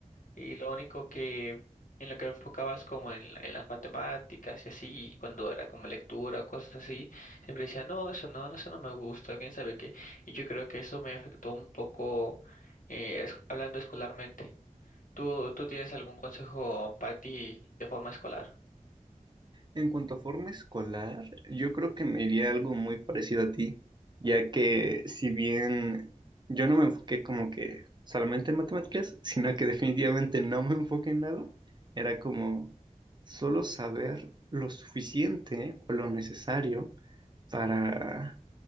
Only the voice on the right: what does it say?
En cuanto a forma escolar, yo creo que me iría algo muy parecido a ti, ya que si bien yo no me enfoqué como que solamente en matemáticas, sino que definitivamente no me enfoqué en nada, era como solo saber lo suficiente o lo necesario para